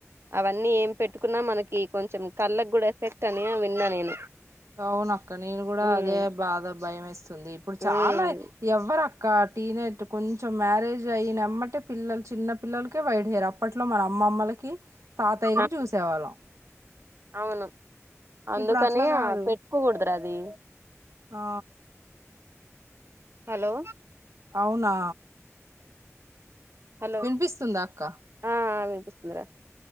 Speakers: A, on the right; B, on the right.
A: అవన్నీ ఏం పెట్టుకున్నా మనకి కొంచెం కళ్ళకి కూడా ఎఫెక్ట్ అని విన్నా నేను
B: అవునక్క నేను కూడా
A: ఉమ్
B: అదే బాధ భయం వేస్తుంది ఇప్పుడు
A: ఉమ్
B: చాలా ఎవ్వర టీనేజ్ కొంచెం మ్యారేజ్ అయినమ్మటే పిల్లలు చిన్న పిల్లలకే వైడ్ హేరు అప్పట్లో మన అమ్మమ్మ లకి తాతయ్యకి
A: ఆ,
B: చూసేవాళ్ళం
A: అవును అందుకని
B: ఇప్పుడు అట్లా కాదు
A: ఆ పెట్ కోకూడదురా అది
B: ఆ
A: హలో
B: అవునా
A: హలో
B: వినిపిస్తుందా అక్క
A: ఆ వినిపిస్తుందిరా